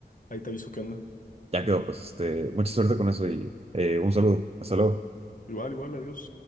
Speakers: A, on the left (about 50°); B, on the right (about 35°).
A: Ahí te aviso qué onda.
B: Ya quedó, pues, este, mucha suerte con eso y eh, un saludo. Hasta luego.
A: Igual, igual, adiós.